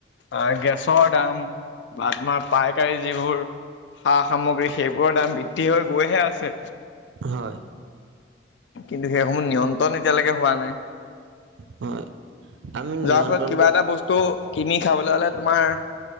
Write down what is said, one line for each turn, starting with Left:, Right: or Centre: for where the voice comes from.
Left: আহ গেছৰ দাম বা তোমাৰ পাইকাৰী যিবোৰ। সা সামগ্ৰী সেইবোৰৰ দাম বৃদ্ধি। হৈ গৈহে আছে,
Right: হয়
Left: কিন্তু সেইসমূহ নিয়ন্ত্ৰণ এতিয়ালৈকে হোৱা নাই।
Right: হয়। আমি নিয়ন্ত্ৰণ
Left: যাৰ ফলত কিবা
Right: কৰি
Left: এটা বস্তু কিনি খাবলৈ হ'লে তোমাৰ